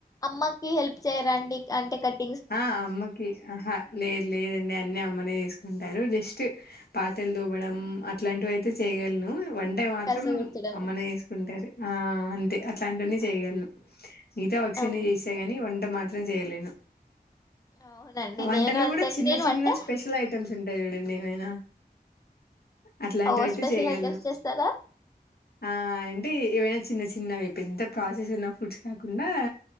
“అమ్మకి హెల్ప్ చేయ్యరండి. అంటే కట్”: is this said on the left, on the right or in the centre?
Left